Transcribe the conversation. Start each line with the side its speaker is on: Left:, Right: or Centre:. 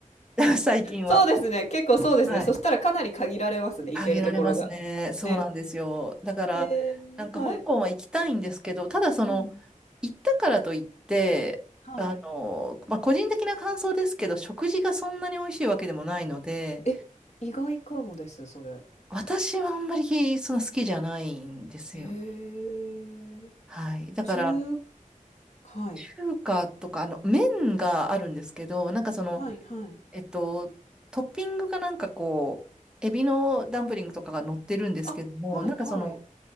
Centre: <laughs> 最近は。
Left: そうですね、結構そうですね。
Centre: はい。
Left: そしたらかなり限られますね、
Centre: あげられますね。
Left: 行けるところが。
Centre: そうなんですよ。
Left: ね。
Centre: だから、
Left: へえ、
Centre: なんか香港は行きたいんですけど、
Left: はい。
Centre: ただその、
Left: うん、
Centre: 行ったからといって、
Left: はい。
Centre: あの、まあ、個人的な感想ですけど、食事がそんなに美味しいわけでもないので、
Left: え、意外かもです、それ。
Centre: 私はあんまりそんな好きじゃないんですよね。
Left: へえ。
Centre: はい。だから、
Left: 中、はい。
Centre: 中華とか、あの、麺があるんですけど、なんかその、
Left: はいはい。
Centre: えっと、トッピングがなんかこう、エビのダンプリングとかが乗ってるんですけども、
Left: あ、はいはい。
Centre: なんかその、